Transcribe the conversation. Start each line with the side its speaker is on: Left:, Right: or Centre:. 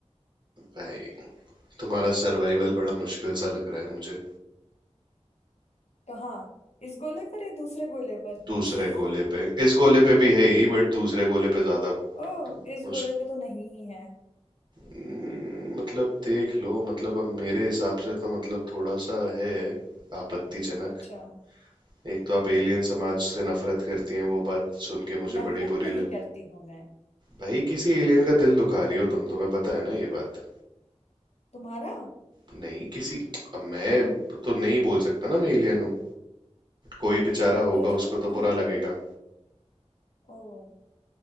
Right: भाई तुम्हारा सर्वाइवल बड़ा मुश्किल सा लग रहा है मुझे
Left: कहाँ इस गोले पर या दूसरे गोले पर
Right: दूसरे
Left: <laughs>
Right: गोले पे इस गोले पे भी है ही बट दूसरे गोले पे ज्यादा
Left: ओह
Right: मुश्क
Left: इस गोले पे तो नहीं ही है
Right: हम्म, मतलब देख लो मतलब अब मेरे हिसाब से तो मतलब थोड़ा सा है आपत्तिजनक
Left: अच्छा
Right: एक तो
Left: हम्म
Right: आप एलियन समाज से नफरत करती हैं वो बात सुन के मुझे
Left: नफरत
Right: बड़ी बुरी
Left: नहीं
Right: लग
Left: करती हूं मैं
Right: भाई किसी एलियन का दिल दुखा रही हो तुम तुम्हें पता है ना ये बात
Left: तुम्हारा
Right: नहीं किसी अब मैं तो नहीं बोल सकता ना मैं एलियन हूँ कोई बेचारा होगा
Left: अरे तो
Right: उसको
Left: तुम
Right: तो
Left: हो
Right: बुरा लगेगा
Left: ओह